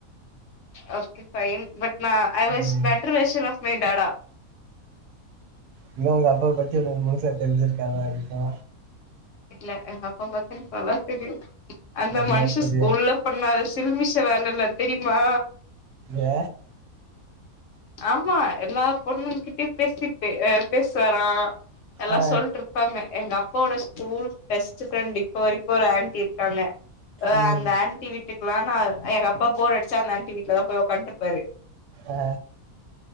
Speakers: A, on the left (about 65°); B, on the right (about 85°).
A: ஒகே பைன் பட் நா ஐ வாஸ்
B: ம்.
A: பெட்டரேசன் ஆப் மை டாடா
B: இன்னு உங்க அப்பாவ பத்தி உங்களுக்கு முழுசா தெரிஞ்சிருக்காதா இருக்கு
A: இல்ல எங்க அப்பா பாத்தீ நல்லா தெரியு அந்த
B: நல்லா
A: மனுஷ
B: தெரியும்.
A: ஸ்கூல்ல பண்ணாத சில்மிஷ வேலல்ல தெரியுமா
B: ஏ
A: ஆமா எல்லா பொண்ணுங் கிட்டயு பேசிட்டு பேசுவாரா எல்லா
B: ஆ.
A: சொல்ட்டுருப் பாங்க எங்க அப்பாவோட ஸ்கூல் பெஸ்ட் ஃப்ரெண்ட் இப்ப வரைக்கு ஒரு ஆன்ட்டி இருக்காங்க ஆ
B: ம்.
A: அந்த ஆண்ட்டி வீட்டுக்ல்லா நா எங்க அப்பா போர் அடிச்சா அந்த ஆண்ட்டி வீட்ல தா போய் ஒக்கான்ட்ருப்பாரு
B: ஆ